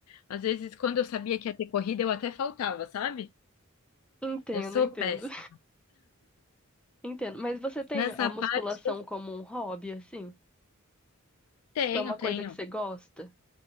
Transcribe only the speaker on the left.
às vezes quando eu sabia que ia ter corrida, eu até faltava, sabe?
Eu sou
péssima.
Nessa
parte eu
tenho,
tenho.